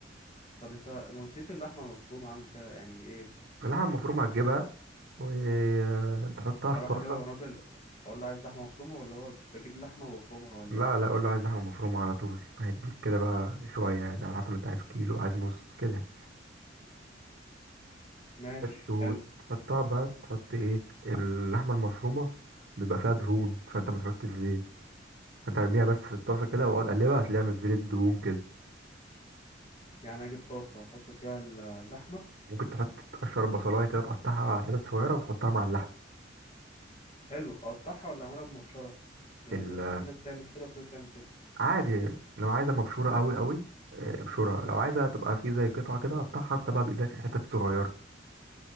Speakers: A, on the left (about 35°); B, on the right (about 60°).
A: طب انت ما قلتليش اللحمه المفرومه عامل فيها يعني ايه
B: اللحمة المفرومة هتجيبها وتحطها في
A: اروح
B: طاسة
A: اجيب راجل اقول له عايز لحمه مفرومه ولا هو بجيب لحمه وبفرمها ولا
B: لا
A: ايه
B: لا قول له عايز لحمة مفرومة على طول هيديك كده بقى شوية يعني على حسب انت عايز كيلو عايز نص كده
A: ماشي
B: بس وتحطها
A: حلو
B: بقى تحط ايه اللحمة المفرومة بيبقى فيها دهون فانت ما تحطش زيت انت ارميها بس في الطاسه كده واقعد اقلبها هتلاقيها نزلت دهون كده
A: يعني اجيب طاسه واحط فيها ال- اللحمه
B: ممكن تحط تقشر بصلايه كده تقطعها حتت صغيره وتحطها مع اللحم
A: حلو اقطعها ولا اعملها بمبشره بس ده-
B: ال-
A: في ناس بتعمل كده وفي ناس بتعمل كده
B: عادي لو عايزه مبشوره قوي قوي اه، ابشرها لو عايزه تبقى في زي قطعه كده قطعها انت بقى بايدك حتت صغيره